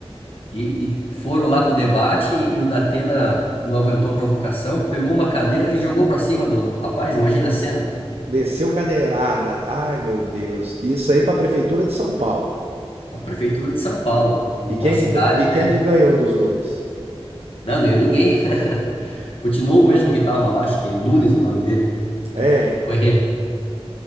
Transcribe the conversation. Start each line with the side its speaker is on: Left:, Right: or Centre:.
Left: e, e foram lá pro debate e o Datena não aguentou a provocação, pegou uma cadeira e jogou pra cima do, do rapaz, imagina a cena.
Right: Desceu cadeirada. Ai, meu Deus. Isso aí para a prefeitura de São Paulo.
Left: A prefeitura de São Paulo, uma
Right: E quem
Left: cidade,
Right: que, g- e quem
Left: né?
Right: que ganhou dos dois?
Left: Não ganhou ninguém. <laughs> Continuou o mesmo que tava lá, acho que Nunes o nome dele,
Right: É,
Left: foi ele.